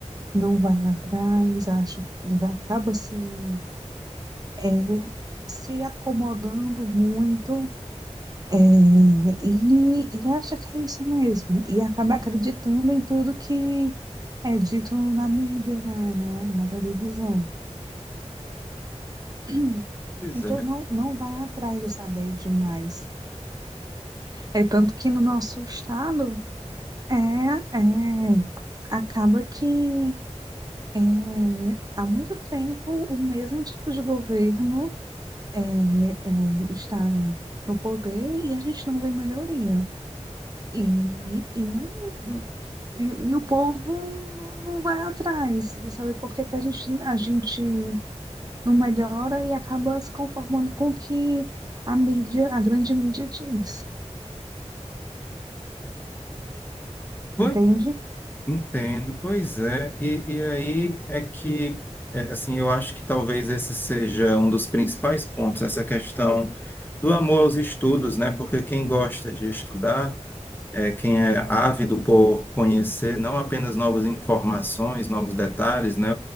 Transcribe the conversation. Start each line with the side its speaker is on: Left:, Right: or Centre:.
Right: não vai atrás, acha que vai, acaba se, é, se acomodando muito é, e, e acha que é isso mesmo, e acaba acreditando em tudo que é dito na mídia, na, na, na televisão. <clears throat>
Left: Pois
Right: Então
Left: é.
Right: não, não vai atrás de saber demais. É tanto que no nosso estado é, é acaba que é, há muito tempo o mesmo tipo de governo é, é, está no poder e a gente não vê melhoria. E, e não e, e o povo não, não vai atrás de saber por que que a gente, a gente não melhora e acaba se conformando com o que a mídia, a grande mídia diz,
Left: Pois
Right: entende?
Left: Entendo, pois é. E, e aí é que, é, assim, eu acho que talvez esse seja um dos principais pontos, essa questão do amor aos estudos, né? Porque quem gosta de estudar é, quem é ávido por conhecer não apenas novas informações, novos detalhes, né?